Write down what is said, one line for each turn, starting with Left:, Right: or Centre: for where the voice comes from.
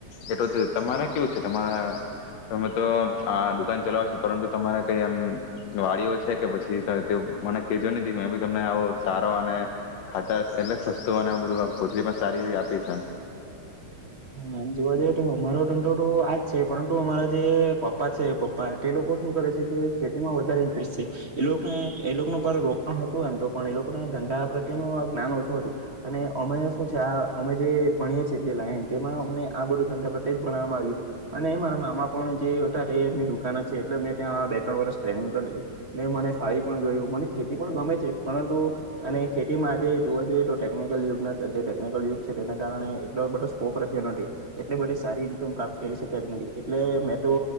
Left: એટલું તમારે કેવું છે તમારા તમે તો આ દુકાન ચલાવો છો પરંતુ તમારે કઈ એમ વાડીઓ છે કે પછી મને કેજો ન મે બી તમને આવ સારો અને ખાતા એટલે સસ્તું અને બધું પોથરી પણ સારી આપીશ એમ.
Right: એમ જોવા જઈએ તો અમારો દંડો તો આજ છે પરંતુ અમારા જે પપ્પા છે પપ્પા તે લોકો શું કરે છે કે ખેતીમાં વધારે ઇન્ટરેસ્ટ છે એ લોકોને એ લોકોનું પર રોકાણ હતું એમ તો પણ એ લોકોને ધંધડા પ્રત્યેનું આ જ્ઞાન ઓછું હતું અને અમે શું છે આ અમે જે ભણીએ છીએ જે લાઈન તેમાં અમને આ બધું ધંધા પ્રત્યે જ ભણવામાં આવ્યું અને મારા મામા પણ જેારે એમની દુકાાન જ છે એટલે મેં ત્યાં બે ત્રણ વરષ ટ્રેનિંગ પણ લીધી ને મને ફાળી પણ ગયું મને ખેતી પણ ગમે છે પરંતુ અને ખેતીમાં આજે જોવા જઈએ તો ટેકનિકલ યુગ જે ટેકનિકલ યુગ છે તેના કારણે એટલો બધ નથી એટલે બધી સારી ઈન્કમ પ્રાપ્ત કરી શકાય નથી એટલે મેં તો